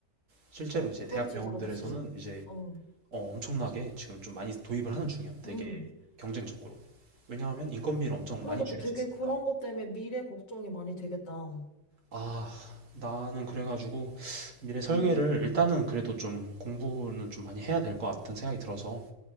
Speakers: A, on the right (about 45°); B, on the left (about 85°).
A: 실제로 이제
B: 그렇지,
A: 대학 병원들에서는
B: 그렇지.
A: 이제
B: 어,
A: 어, 엄청나게 지금 좀 많이 도입을 하는 중이야. 되게
B: 음.
A: 경쟁적으로. 왜냐하면 인건비를 엄청
B: 그러니까
A: 많이 줄일
B: 또 되게
A: 수 있으니까.
B: 그런 것 때문에 미래 걱정이 많이 되겠다.
A: 아, 나는 그래가지고 미래 설계를
B: 음,
A: 일단은 그래도 좀 공부는 좀 많이 해야 될 것 같은 생각이 들어서